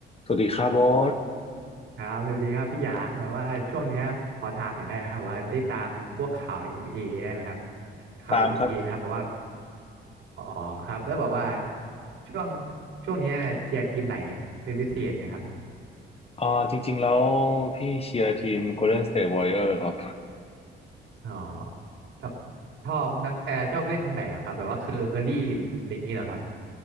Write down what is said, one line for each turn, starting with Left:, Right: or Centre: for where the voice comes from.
Left: สวัสดีครับโบอส
Right: ครับสวัสดีครับพี่หยางแบบว่าช่วงเนี้ยขอถามหน่อยได้ไหมครับว่าได้ตามพวกข่าว NBA ได้ไหมครับข่าว
Left: ตามครับ
Right: n b อไหมครับแบบว่าอ๋อครับแล้วแบบว่าช่วงช่วงเนี้ยเชียร์ทีมไหนเป็นพิเศษไหมครับ
Left: อ่าจริงๆแล้วพี่เชียร์ทีม Golden State Warrior ครับ
Right: อ๋อชอบชอบนักเออชอบผู้เล่นคนไหนเหรอครับแบบว่าคือเคอรี่อะไรอย่างนี้เหรอครับ